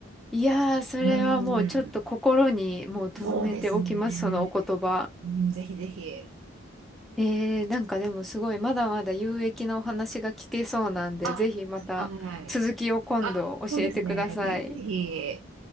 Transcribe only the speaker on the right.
うん。そうですね。
うん、ぜひぜひ。
あ、
はい。あ、そうですね。ぜひぜひ。